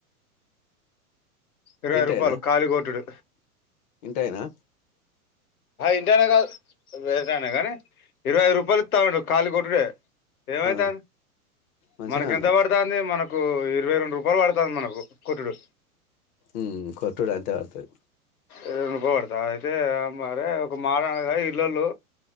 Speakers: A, on the left; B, on the left.
A: ఇరవై
B: ఇంటేనా
A: రూపాయలు కాళిగోట్టుడు
B: ఇంటేనా
A: ఇంటయనా కాదు బయటిఅయనే గాని ఇరవై ఐదు రూపాయలు ఇస్తానడు ఖాళీ కొట్టుడె ఏమైతంది
B: ఆ మంచిగానే
A: మనకి ఎంత పడుతంది మనకు ఇరవై రెండు రూపాయలు పడుతంది మనకు కొట్టుడు
B: ఉ కొట్టుడు అంతే పడుతది
A: ఎ కోడత అయితే అ మరే ఒక ఒక మాట అన్నాడు గా ఇంట్లొవాల్లు